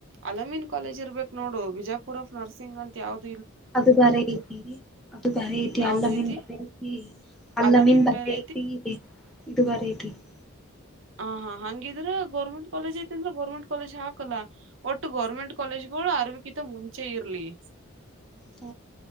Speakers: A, on the right; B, in the centre.
A: ಅಲಮೀನ್ ಕಾಲೇಜ್ ಇರ್ಬೇಕು ನೋಡು ಬಿಜಾಪುರ್ ಆಫ ನರ್ಸಿಂಗ್ ಅಂತ ಯಾವ್ದ <inaudible>
B: ಅದು ಬೇರೆ ಐತಿ ಅದು ಬೇರೆ ಐತಿ
A: ಯಾವ್ದ
B: ಅಲ್ಲ ಮೇನ್
A: ಐತಿ
B: ಬರೆ ಐತಿ <inaudible> ಅಲ್ಲ
A: ಅಲಮೀನ್
B: ಮೀನ್ ಬಗ್
A: ಬೇರೆ
B: ಐತಿ ಇದು ಬರ ಐತಿ <inaudible>
A: ಹ ಹಾ ಹಂಗಿದ್ರೆ ಗೌರ್ಮೆಂಟ್ ಕಾಲೇಜ್ ಐತೆ ಅಂದ್ರ <inaudible> ಗರ್ಮೆಂಟ್ ಕಾಲೇಜ್ ಹಾಕಲ್ಲ ಒಟ್ಟು ಗೌರ್ಮೆಂಟ್ ಕಾಲೇಜ್ ಇಗಳು ಅರವಿಕಂತ ಮುಂಚೆ ಇರ್ಲಿ <inaudible>
B: ಹ